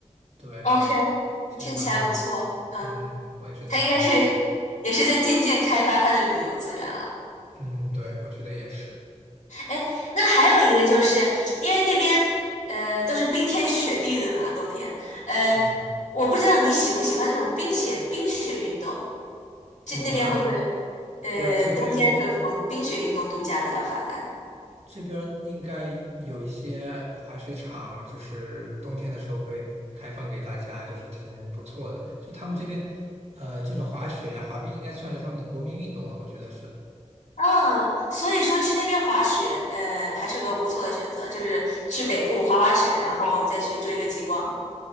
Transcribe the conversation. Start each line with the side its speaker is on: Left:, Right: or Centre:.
Right: 对，
Left: ，OK，
Right: 其实蛮，
Left: 听起来不错。嗯，
Right: 嗯，我也觉得蛮不错的。
Left: 它应该是也是在渐渐开发它的旅游资源了。
Right: 嗯，对，我觉得也是。
Left: 哎，那还有一个就是因为那边呃都是冰天雪地的嘛，冬天，呃，
Right: 嗯，
Left: 我不知道你喜不喜欢那种冰雪冰雪运动，这那边会不会？
Right: 有啊，
Left: 呃，
Right: 会啊，这边
Left: 冬天的时候这种冰雪运动度假比较发达。
Right: 这边应该有一些滑雪场，就是冬天的时候会开放给大家，就是挺不错的。就他们这边，呃，这种滑雪啊、滑冰应该算是他们的国民运动了，我觉得是。
Left: 嗯，所以说去那边滑雪，呃，还是个不错的选择，就是去北部滑滑雪，然后再去追个极光。